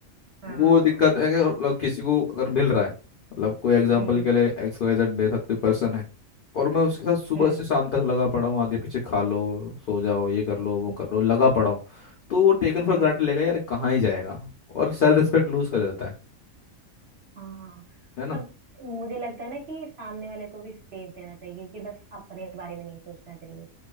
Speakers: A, on the right; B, on the left.
A: हाँ
B: वो दिक्कत है कि मतलब किसी को अगर मिल रहा है मतलब कोई एग्जांपल
A: हम्म
B: के लिए एक्स वाई जेड मेरे साथ कोई पर्सन है और मैं उसके साथ सुबह
A: हम्म
B: से शाम तक लगा पड़ा हूँ आगे पीछे खा लो सो जाओ ये कर लो वो
A: हम्म
B: कर लो लगा पड़ा हूँ तो वो टेकन फॉर
A: हम्म,
B: ग्रांटेड लेगा यार कहाँ ही जाएगा और सेल्फ रिस्पेक्ट लूज कर जाता है
A: हाँ
B: है ना
A: और मुझे लगता है ना कि सामने वाले को भी स्पेस देना चाहिए क्योंकि बस अपने बारे में नहीं सोचना चाहिए